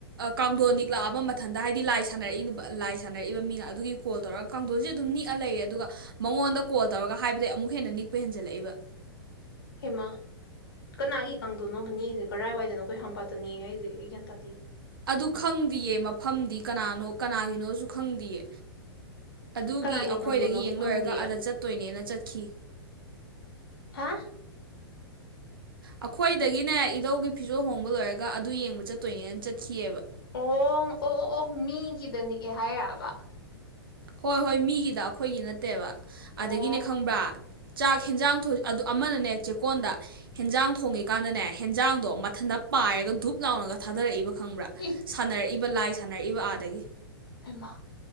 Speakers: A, on the right (about 60°); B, on the left (about 60°).
A: ꯀꯥꯡꯊꯣꯟ ꯅꯤꯛꯂꯛꯑꯕ ꯃꯊꯟꯗ ꯍꯥꯏꯗꯤ ꯂꯥꯏ ꯁꯥꯟꯅꯔꯛꯏꯕ ꯂꯥꯏ ꯁꯥꯟꯅꯔꯛꯏꯕ ꯃꯤꯅ ꯑꯗꯨꯒꯤ ꯀꯣꯜ ꯇꯧꯔꯒ ꯀꯥꯡꯊꯣꯟꯁꯦ ꯑꯗꯨꯝ ꯅꯤꯛꯑ ꯂꯩꯔꯦ ꯑꯗꯨꯒ ꯃꯉꯣꯟꯗ ꯀꯣꯜ ꯇꯧꯔꯒ ꯍꯥꯏꯕꯗꯒꯤ ꯑꯃꯨꯛ ꯍꯦꯟꯅ ꯅꯤꯛꯄ ꯍꯦꯟꯖꯜꯂꯛꯏꯕ
B: ꯍꯦꯃꯥ ꯀꯅꯥꯒꯤ ꯀꯪꯗꯧꯅꯣꯕꯅꯦ ꯑꯩꯁꯦ ꯀꯔꯥꯏꯋꯥꯏꯗꯅꯣꯈꯣꯏ ꯍꯝꯄꯥꯠꯇꯅꯤ ꯍꯥꯏꯁꯦ ꯑꯩ ꯒ꯭ꯌꯥꯟ ꯇꯥꯗꯦ
A: ꯑꯗꯨ ꯈꯪꯗꯌꯦ ꯃꯐꯝꯗꯤ ꯀꯅꯥꯅꯣ ꯀꯅꯥꯒꯤꯅꯣꯁꯨ ꯈꯪꯗꯦꯌꯦ ꯑꯗꯨꯒꯤ
B: ꯀꯅꯥꯒꯤ
A: ꯑꯩꯈꯣꯏꯗꯒꯤ
B: ꯀꯥꯡꯗꯣꯟꯅꯣꯁꯨ
A: ꯌꯦꯡꯂ
B: ꯈꯪꯗꯤꯌꯦ
A: ꯂꯣꯏꯔꯒ ꯑꯗ ꯆꯠꯇꯣꯏꯅꯦꯅ ꯆꯠꯈꯤ
B: ꯍꯥ
A: ꯑꯩꯈꯣꯏꯗꯒꯤꯅꯦ ꯏꯙꯧꯒꯤ ꯐꯤꯖꯣꯜ ꯍꯣꯡꯕ ꯂꯣꯏꯔꯒ ꯑꯗꯨ ꯌꯦꯡꯕ ꯆꯠꯇꯣꯏꯅꯦꯅ ꯆꯠꯈꯤꯑꯕ
B: ꯑꯣ ꯑꯣ ꯑꯣ ꯃꯤꯒꯤꯗꯅꯤꯛꯑ ꯍꯥꯏꯔꯛꯑꯕ
A: ꯍꯣꯏ ꯍꯣꯏ ꯃꯤꯒꯤꯗ ꯑꯩꯈꯣꯏꯒꯤ ꯅꯠꯇꯦꯕ
B: ꯑꯣ
A: ꯑꯗꯒꯤꯅꯦ ꯈꯪꯕ꯭ꯔꯥ ꯆꯥꯛ ꯍꯦꯟꯖꯥꯡ ꯑꯗꯨ ꯑꯃꯅꯅꯦ ꯆꯦꯛꯀꯣꯟꯗ ꯍꯦꯟꯖꯥꯡ ꯊꯣꯡꯉꯤꯀꯥꯟꯗꯅꯦ ꯍꯦꯟꯖꯥꯡꯗꯣ ꯃꯊꯟꯇ ꯄꯥꯏꯔꯒ ꯙꯨꯞ ꯂꯥꯎꯅꯒ ꯊꯥꯗꯔꯛꯏꯕ ꯈꯪꯕ꯭ꯔꯥ
B: ꯏ
A: ꯁꯥꯟꯅꯔꯛꯏꯕ ꯂꯥꯏ ꯁꯥꯟꯅꯔꯛꯏꯕ ꯑꯥꯗꯒꯤ
B: ꯑꯃ